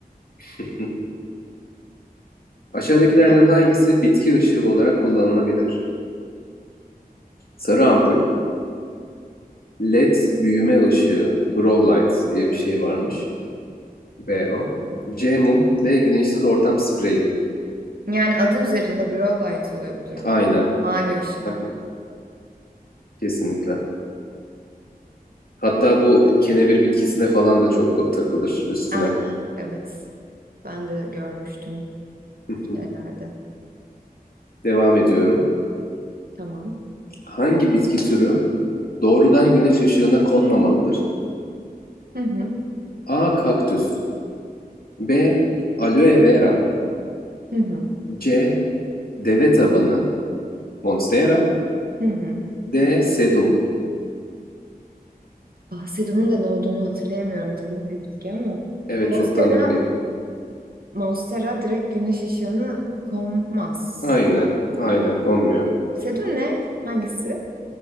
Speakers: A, on the left; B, on the right.
A: <laughs> Aşağıdakilerden
B: Ha,
A: hangisi bitki ışığı olarak kullanılabilir? Sarı ampul, LED büyüme ışığı, grow light diye bir şey varmış. B o. C mum, D güneşsiz ortam spreyi.
B: Yani adı üzerinde grow light oluyor bu durumda.
A: Aynen,
B: Mavi ışık.
A: aynen, kesinlikle. Hatta bu kenevir bitkisine falan da çok takılır üstüne.
B: Aynen evet. Ben de görmüştüm
A: <laughs>
B: şeylerde.
A: Devam ediyorum.
B: Tamam.
A: Hangi bitki türü Doğrudan güneş ışığına konmamalıdır.
B: Hı hı.
A: A. Kaktüs B. Aloe vera
B: Hı hı.
A: C. Deve tabanı Monstera
B: Hı hı.
A: D. Sedum
B: Ah, sedumun da ne olduğunu hatırlayamıyorum. Tanıdık bir bitki ama.
A: Evet
B: Monstera,
A: çok tanıdık bir
B: Monstera direkt güneş ışığını kommaz.
A: Aynen. Aynen konmuyor.
B: Sedum ne? Hangisi?